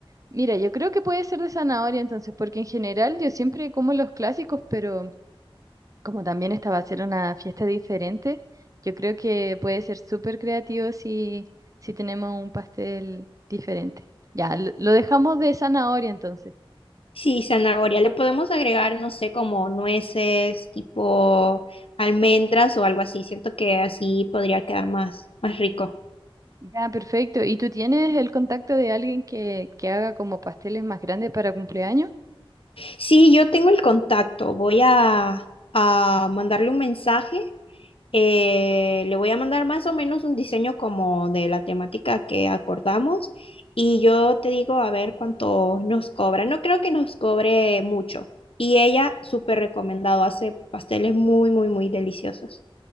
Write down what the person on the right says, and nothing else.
Mira, yo creo que puede ser de zanahoria entonces, porque en general yo siempre como los clásicos, pero como también esta va a ser una fiesta diferente, yo creo que puede ser súper creativo si, si tenemos un pastel diferente. Ya, lo lo dejamos de zanahoria entonces.
Ya, perfecto. ¿Y tú tienes el contacto de alguien que, que haga como pasteles más grandes para cumpleaños?